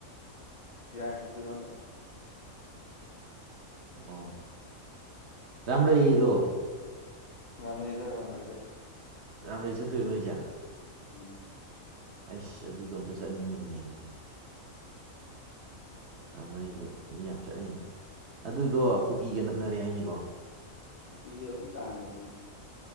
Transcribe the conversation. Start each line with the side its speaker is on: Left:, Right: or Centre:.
Left: ꯁꯤ ꯌꯥꯏꯉꯪꯄꯣꯛꯄꯤꯔꯣꯝꯗ
Right: ꯑꯣ ꯔꯥꯝꯔꯩꯑꯗꯣ
Left: ꯔꯥꯝꯔꯩꯗ ꯔꯥꯝꯔꯩꯗ
Right: ꯔꯥꯝꯔꯩ ꯆꯠꯇꯣꯏꯔꯥ ꯅꯣꯏꯖꯦ
Left: ꯎꯝ
Right: ꯑꯩꯁ ꯑꯗꯨꯗꯣ ꯑꯝꯇ ꯆꯠꯅꯤꯡꯕꯅꯤꯅꯦ ꯑꯩꯖꯨ ꯃꯔꯤꯁꯦ ꯃꯤ ꯌꯥꯝ ꯆꯠꯅꯩꯅꯦ ꯑꯗꯨꯗꯣ ꯀꯨꯀꯤꯒ ꯅꯛꯅꯔꯦ ꯍꯥꯏꯅꯤꯀꯣ
Left: ꯑꯣ ꯀ ꯇꯥꯡꯉ